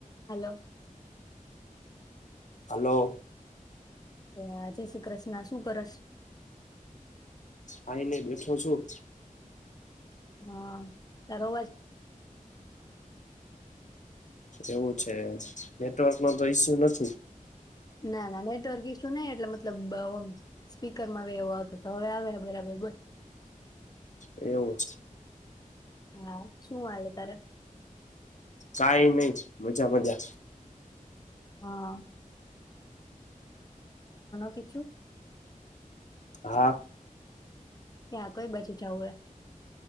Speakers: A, on the left (about 30°); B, on the left (about 60°).
A: Hello.
B: Hello.
A: હા જય શ્રી કૃષ્ણ શું કરશ.
B: ખાઈને બેઠો છું.
A: હા તાર <unintelligible>
B: એવું છે નેટવર્કમાં તો ઈસ્યુ નથી.
A: ના ના નેટવર્ક ઈસ્યુ નઈ એટલે મતલબ સ્પીકરમાં એવો આવે તો હવે આવે બરાબર બોલ.
B: એવું.
A: હા છું આલું તારે.
B: કઈ નઈ મજા મજા.
A: હા <unintelligible>
B: હા.
A: ત્યા કોઈ બાજુ જવું હે.